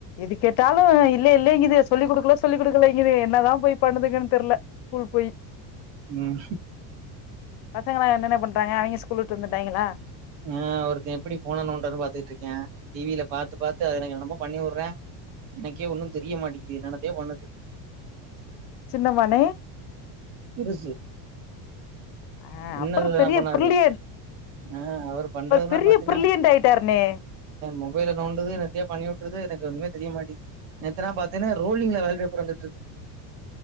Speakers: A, on the left; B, on the right.
A: இது கேட்டாலு இல்லே இல்லேங்குது சொல்லிக் கொடுக்கல சொல்லி் கொடுக்கலங்குது என்னதா போய் பண்ணதுக தெர்ல ஸ்கூல் போய்
B: உம்
A: பசங்களா என்னென்ன பண்றாங்க அவிங்க ஸ்கூல்விட்டு வந்துட்டாங்களா
B: ஆ ஒருத்தின் எப்டி ஃபோனனோன்றது பாத்துட்ருக்கியா டிவில பாத்து பாத்து அவிங்ன்னமோ பண்ணிவுட்றா எனக்கே ஒன்னு தெரிய மாட்டிக்கிது என்னானத்தே பண்ணுது
A: சின்ன மானே
B: பெருசு
A: ஹ
B: சின்னதுலாம்
A: அப்பற பெரிய
B: பண்ணாது.
A: பிரில்லியன்
B: ஆ அவர் பண்றதுனா
A: பெரிய
B: பாத்தினா
A: பிரில்லியன்ட் ஆயிட்டாருண்ணே
B: மொபைல நோண்டுது என்னதையோ பண்ணிவுட்ருது எனக்கு ஒன்னுமே தெரியமாட்டி நேத்தன பாத்தேன்ன ரோலிங்ல வால்பேப்பர் வந்துட்டு இருக்கு